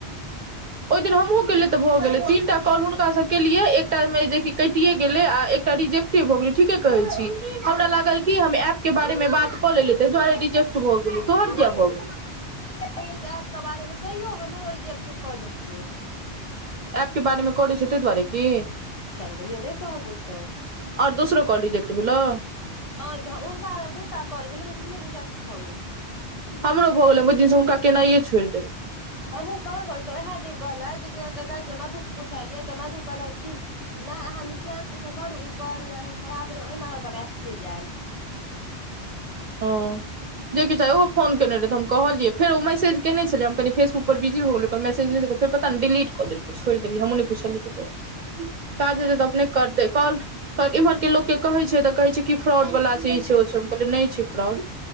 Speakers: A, on the right; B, on the left.
A: ओहि दिन हमहुँ केलियै तऽ भऽ गेलै तीन टा कॉल हुनका से केलियै एकटा मे जे कैटिये गेले आ एकटा रिजेक्टे भ गेल ठीके कहे छी हमरा लागल की हम ऐप के बारे मे बात कऽ लेलियै ताहि दुआरे रिजेक्ट भऽ गेले तोहर
B: आ
A: किया
B: हमहूँ
A: भ गेलौ
B: ऐप के बारे मे तैयो हमरो रिजेक्ट कऽ देलकै
A: ऐप के बारेमे करै छै तै दुआरे की
B: कियाने गेलियै नै कहबौ तऽ
A: आओर दोसरो कॉल रिजेक्ट भेलौ
B: ह हुनका दू टा कॉल गेलै दुनू रिजेक्ट भऽ गेल
A: हमरो भऽ गेलै ओय दिन से हुनक केनाइए छोड़ि देलियै
B: हमहू कहाँ कहै उहे दिन कहल क जे कहै मधुक पुछालिय तऽ मधु कहलक की नहि अहाँ नीचा से करू ई कॉल खराब रह ओहिना अहाँके मैसेज आयल
A: <inaudible> ह जे किछ च ओहो फोन केने रहे त हम कहलियै फेर ओ मैसज केने छलियै हम कनी फेसबुक पर बिजी भऽ गेलियै मैसेज नहि फेर पता नहि डिलीट क देलकै छोड़ देलियै हमू नहि पूछलै त काजा हैतै तऽ अपने करते कल एम्हरके लोकके कहैत छै तऽ कहैत छै कि फ्रॉडवला चीज छै ओहि सभमे कहलियै नहि छै फ्रॉड